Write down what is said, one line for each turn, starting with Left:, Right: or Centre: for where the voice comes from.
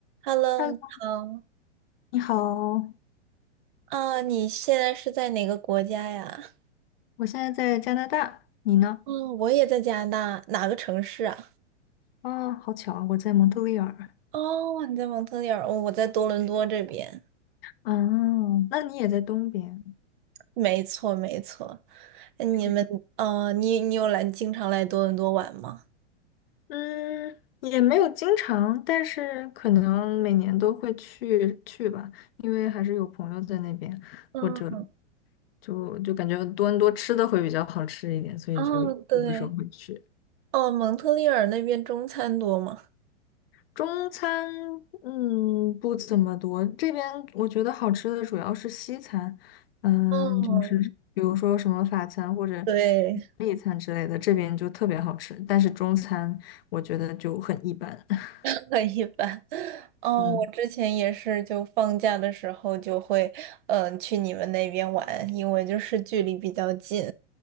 Right: Hello，
Left: Hello，
Right: 你好。
Left: 你好，
Right: 啊，你现在是在哪个国家呀？
Left: 我现在在加拿大，你呢？
Right: 嗯，我也在加拿大，哪个城市啊？
Left: 啊，好巧啊，我在蒙特利尔。
Right: 哦，你在蒙特利尔，哦我在多伦多这边。
Left: 啊，那你也在东边，
Right: 没错，没错。你们，
Left: 是的。
Right: 呃，你你有来经常来多伦多玩吗？
Left: 嗯，也没有经常，但是可能每年都会去去吧，因为还是有朋友在那边，
Right: 嗯，
Left: 或者就就感觉多伦多吃的会比较好吃一点，所以就有的时候会去。
Right: 哦，对，哦，蒙特利尔那边中餐多吗？
Left: 中餐，嗯，不怎么多。这边我觉得好吃的主要是西餐，嗯，
Right: 嗯，
Left: 就是比如说什么法餐或者
Right: 对，
Left: 意大利餐之类的，这边就特别好吃。但是中餐我觉得就很一般。<laughs>
Right: <laughs> 很一般。哦，
Left: 嗯，
Right: 我之前也是，就放假的时候就会，嗯、去你们那边玩，因为就是距离比较近。